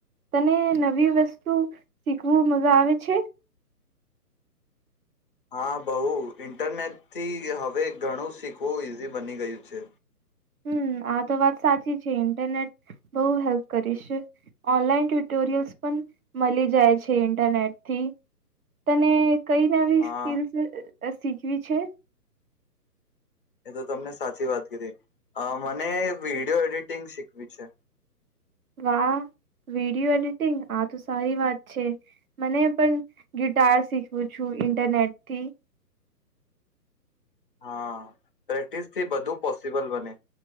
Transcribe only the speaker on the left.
હા બહુ ઈન્ટરનેટથી હવે ઘણું શીખવું ઈઝી બની ગ્યું છે.
હા
એ તો તમને સાચી વાત કરી મને વિડીયો એડિટિંગ શીખવી છે
હા પ્રેક્ટિસ થી બધું પોસિબલ બને